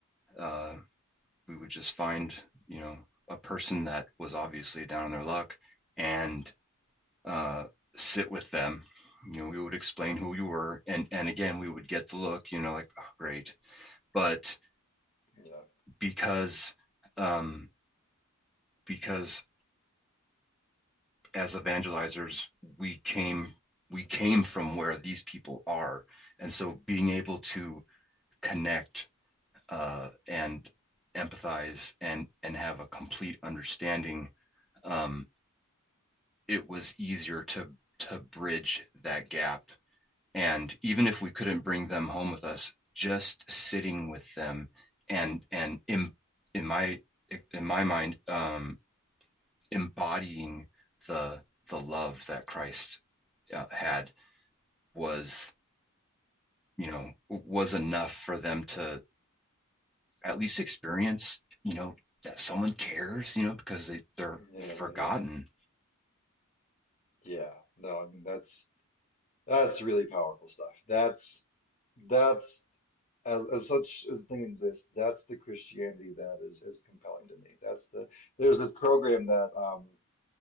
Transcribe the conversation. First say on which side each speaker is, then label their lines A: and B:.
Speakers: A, in the centre; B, on the left.
A: uh, we would just find you know a person that was obviously down on their luck and uh, sit with them you know we would explain who we were and and again we would get the look you know like oh, great but
B: yeah
A: because um because as evangelizers we came we came from where these people are and so being able to connect uh and empathize and and have a complete understanding um it was easier to to bridge that gap. And even if we couldn't bring them home with us, just sitting with them and and in in my in my mind, um, embodying the the love that Christ uh, had was you know was enough for them to at least experience you know that someone cares you know because they they're
B: yeah
A: forgotten
B: yeah yeah no I mean that's that's really powerful stuff that's that's as as such as the thing exists that's the Christianity that is is compelling to me that's the there's this program that um